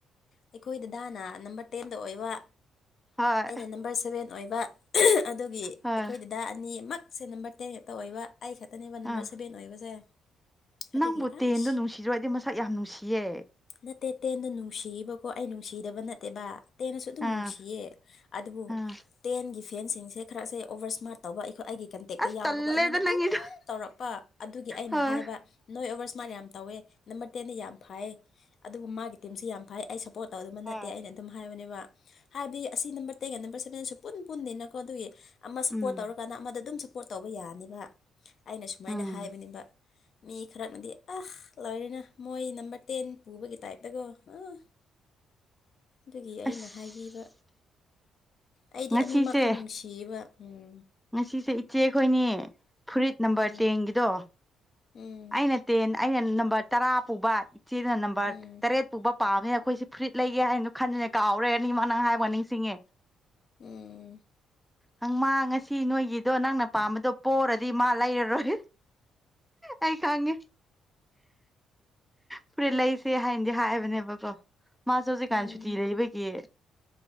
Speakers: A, on the left; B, in the centre.
A: ꯑꯩꯈꯣꯏ ꯗꯗꯥꯅ ꯅꯝꯕꯔ ꯇꯦꯟꯗ ꯑꯣꯏꯕ
B: ꯍꯣꯏ
A: ꯑꯩꯅ ꯅꯝꯕꯔ ꯁꯚꯦꯟ ꯑꯣꯏꯕ ꯑꯗꯨꯒꯤ
B: ꯍꯣꯏ
A: ꯑꯩꯈꯣꯏꯗ ꯗ ꯑꯅꯤꯃꯛꯁꯦ ꯅꯝꯕꯔ ꯇꯦꯟ ꯈꯛꯇ ꯑꯣꯏꯕ ꯑꯩ ꯈꯛꯇꯅꯦꯕ ꯅꯝꯕꯔ
B: ꯑꯥ
A: ꯁꯕꯦꯟ ꯑꯣꯏꯕꯁꯦ
B: ꯅꯪꯕꯨ
A: ꯑꯗꯨꯒꯤ
B: ꯇꯦꯟꯗꯣ
A: ꯑꯁ
B: ꯅꯨꯡꯁꯤꯗ꯭ꯔꯣ ꯑꯩꯗꯤ ꯃꯁꯛ ꯌꯥꯝ ꯅꯨꯡꯁꯤꯌꯦ
A: ꯅꯠꯇꯦ ꯇꯦꯟꯗꯣ ꯅꯨꯡꯁꯤꯌꯤꯕꯀꯣ ꯑꯩ ꯅꯨꯡꯁꯤꯗꯕ ꯅꯠꯇꯦꯕ ꯇꯦꯟꯅꯁꯨ ꯑꯗꯨꯝ
B: ꯑꯥ
A: ꯅꯨꯡꯁꯤꯌꯦ ꯑꯗꯨꯕꯨ
B: ꯑꯥ
A: ꯇꯦꯟꯒꯤ ꯐꯦꯟꯁꯤꯡꯁꯦ ꯈꯔꯁꯦ ꯑꯣꯕꯔ ꯁ꯭ꯃꯥꯔꯠ ꯇꯧꯕ ꯑꯩꯈꯣꯏ ꯑꯩꯒꯤ ꯀ ꯍꯦꯛꯇ
B: ꯑꯁ
A: ꯌꯥꯎꯕꯀꯣ
B: ꯇꯜꯂꯦꯗ
A: ꯑꯩꯉꯣꯟꯗ ꯑꯗꯨꯝ
B: ꯅꯪꯒꯤꯗꯣ
A: ꯇꯧꯔꯛꯄ ꯑꯗꯨꯒꯤ ꯑꯩꯅ
B: ꯍꯣꯏ
A: ꯍꯥꯏꯕ ꯅꯣꯏ ꯑꯣꯕꯔ ꯁꯃꯔꯠ꯭ ꯃꯥꯅ ꯌꯥꯝ ꯇꯧꯋꯦ ꯅꯝꯕꯔ ꯇꯦꯟꯗ ꯌꯥꯝ ꯐꯥꯏꯌꯦ ꯑꯗꯨꯕꯨ ꯃꯥꯒꯤ ꯇꯤꯝꯁꯨ ꯌꯥꯝ ꯐꯥꯏ ꯑꯩ ꯁ ꯄꯣꯠ <unintelligible> ꯑꯩꯅ
B: ꯑ
A: ꯑꯗꯨꯝ ꯍꯥꯏꯕꯅꯦꯕ ꯍꯥꯏꯕꯗꯤ ꯑꯁꯤ ꯅꯝꯕꯔ ꯇꯦꯛꯀꯦ ꯅꯝꯕꯔ ꯁꯕꯦꯟꯁꯨ ꯄꯨꯟ ꯄꯨꯟꯗꯦꯅꯀꯣ ꯑꯗꯨꯒꯤ ꯑꯃ ꯁꯞꯄꯣꯔꯠ
B: ꯎꯝ
A: ꯇꯧꯔꯀꯥꯟꯗ ꯑꯃꯗ ꯑꯗꯨꯝ ꯁꯞꯄꯣꯔꯠ ꯇꯧꯕ ꯌꯥꯅꯤꯕ ꯑꯩꯅ ꯁꯨꯃꯥꯏꯅ
B: ꯎꯝ
A: ꯍꯥꯏꯕꯅꯦꯕ ꯃꯤ ꯈꯔ ꯉꯗꯤ ꯑꯍ ꯂꯣꯏꯔꯅ ꯃꯣꯏ ꯅꯝꯕꯔ ꯇꯦꯟ ꯄꯨꯕꯒꯤ ꯇꯥꯏꯞꯇꯒꯣ ꯑꯥ ꯑꯗꯨꯒꯤ ꯑꯩꯅ
B: ꯑꯁ
A: ꯍꯥꯏꯕꯤꯕ ꯑꯩꯗꯤ
B: ꯉꯁꯤꯁꯦ
A: ꯑꯅꯤꯃꯛꯇꯣ ꯅꯨꯡꯁꯤꯌꯤꯕ ꯎꯝ
B: ꯉꯁꯤꯁꯦ ꯏꯆꯦꯈꯣꯏꯅꯤ ꯐꯨꯔꯤꯠ ꯅꯝꯕꯔ
A: ꯎꯝ
B: ꯇꯦꯟꯒꯤꯗꯣ
A: ꯎꯝ
B: ꯑꯩꯅ ꯇꯦꯟ ꯑꯩꯅ ꯅꯝꯕꯔ ꯇꯔꯥ ꯄꯨꯕ ꯏꯆꯦꯗꯅ ꯅꯝꯕꯔ
A: ꯎꯝ
B: ꯇꯔꯦꯠ ꯄꯨꯕ ꯄꯥꯝꯃꯦ ꯑꯩꯈꯣꯏꯁꯦ ꯐꯨꯔꯤꯠ ꯂꯩꯒꯦ ꯍꯥꯏꯅꯗꯣ ꯈꯟꯗꯨꯅꯦ ꯀꯥꯎꯔꯦ ꯅꯤꯃ ꯅꯪ ꯍꯥꯏ ꯋꯥ ꯅꯤꯡꯁꯤꯡꯉꯦ
A: ꯎꯝ
B: ꯍꯪ ꯃꯥ ꯁꯤ ꯅꯣꯏꯒꯤꯗꯣ ꯅꯪꯅ ꯄꯥꯝꯕꯗꯣ ꯄꯣꯔꯗꯤ ꯃꯥ ꯂꯩꯔꯔꯣꯏ ꯑꯩ ꯈꯪꯒꯦ ꯐꯨꯔꯤꯠ ꯂꯩ ꯁꯦ ꯍꯥꯏꯌꯦꯅꯗꯤ ꯍꯥꯏꯕꯅꯦꯕꯀꯣ ꯃꯥꯁꯦ ꯍꯧꯖꯤꯛꯀꯥꯟ
A: ꯎꯝ
B: ꯁꯨꯇꯤ ꯂꯩꯕꯒꯤ